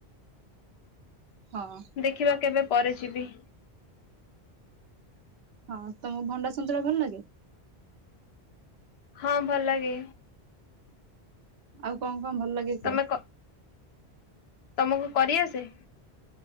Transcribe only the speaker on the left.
ଦେଖିବା କେବେ ପରେ ଯିବି।
ହଁ ଭଲ ଲାଗେ।
ତମେ କ ତମକୁ କରିଆସେ?